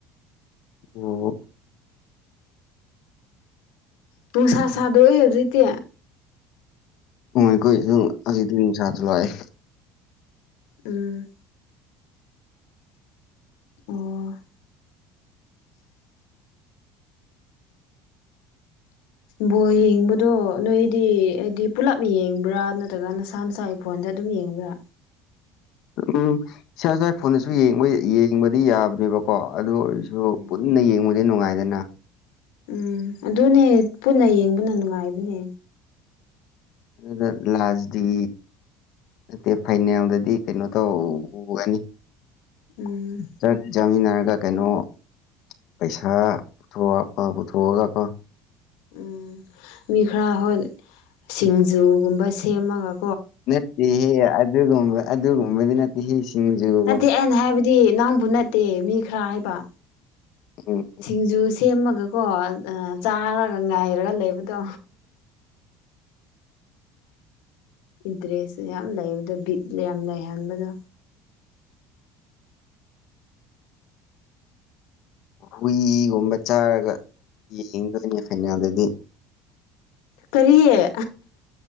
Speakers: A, on the left; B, on the left.
A: ꯑꯣ
B: ꯅꯨꯡꯁꯥ ꯁꯥꯗꯣꯛꯑꯦ ꯍꯧꯖꯤꯛꯇꯤ꯫
A: ꯎꯝ ꯑꯩꯈꯣꯏꯁꯨ ꯍꯧꯖꯤꯛꯇꯤ ꯅꯨꯡꯁꯥꯁ ꯊꯣꯛꯂꯛꯑꯦ꯫
B: ꯎꯝ ꯑꯣ ꯕꯣꯜ ꯌꯦꯡꯕꯗꯣ ꯅꯣꯏ ꯗꯤ ꯍꯥꯏꯗꯤ ꯄꯨꯂꯞ ꯌꯦꯡꯕ꯭ꯔꯥ ꯅꯠꯇ꯭ꯔꯒ ꯅꯁꯥ ꯅꯁꯥꯒꯤ ꯐꯣꯟꯗ ꯑꯗꯨꯝ ꯌꯦꯡꯕ꯭ꯔꯥ
A: ꯎꯝ ꯏꯁꯥ ꯏꯁꯥ ꯐꯣꯟꯗꯁꯨ ꯌꯦꯡꯕ ꯌꯦꯡꯕꯗꯤ ꯌꯥꯕꯅꯦꯕꯀꯣ ꯀꯣ ꯑꯗꯨ ꯑꯣꯏꯔꯁꯨ
B: ꯎꯝ
A: ꯄꯨꯟꯅ ꯌꯦꯡꯕꯗꯤ ꯅꯨꯡꯉꯥꯏꯗꯅ
B: ꯎꯝ ꯑꯗꯨꯅꯦ ꯄꯨꯟꯅ ꯌꯦꯡꯕꯅ ꯅꯨꯡꯉꯥꯏꯕꯅꯦ
A: ꯑꯗꯨ ꯂꯥꯁꯗꯤ ꯅꯠꯇꯦ ꯐꯥꯏꯅꯦꯜꯗꯗꯤ ꯀꯩꯅꯣ ꯇꯧꯒꯅꯤ
B: ꯎꯝ
A: ꯆꯥꯛ ꯆꯥꯃꯤꯟꯅꯔꯒ ꯀꯩꯅꯣ ꯄꯩꯁꯥ ꯄꯨꯊꯣꯛꯄ ꯄꯨꯊꯣꯛꯑꯒꯀꯣ
B: ꯎꯝ ꯃꯤ ꯈꯔ ꯍꯣꯏ ꯁꯤꯡꯖꯨꯒꯨꯝꯕ ꯁꯦꯝꯃꯒ
A: ꯅꯠꯇꯦ ꯍꯦ ꯑꯗꯨꯒꯨꯝꯕ ꯑꯗꯨꯒꯨꯝꯕꯗꯤ ꯅꯠꯇꯦ ꯍꯤ ꯁꯤꯡꯁꯨꯨ
B: ꯅꯠꯇꯦ ꯑꯩꯅ ꯍꯥꯏꯕꯗꯤ ꯅꯪꯕꯨ ꯅꯠꯇꯦ ꯃꯤ ꯈꯔ ꯍꯥꯏꯕ
A: ꯑꯣ ꯑꯣ
B: ꯁꯤꯡꯖꯨ ꯁꯦꯝꯃꯒꯀꯣ ꯆꯥꯔꯒ ꯉꯥꯏꯔꯒ ꯂꯩꯕꯗꯣ ꯏꯟꯇꯔꯦꯁ ꯌꯥꯝ ꯂꯩꯕꯗꯣ ꯕꯤꯠ ꯌꯥꯝ ꯂꯩꯍꯟꯕꯗꯣ
A: ꯍꯨꯏꯒꯨꯝꯕ ꯆꯥꯔꯒ ꯌꯦꯡꯗꯣꯏꯅꯤ ꯍꯩꯅꯗꯔꯗꯤ
B: ꯀꯔꯤꯌꯦꯦ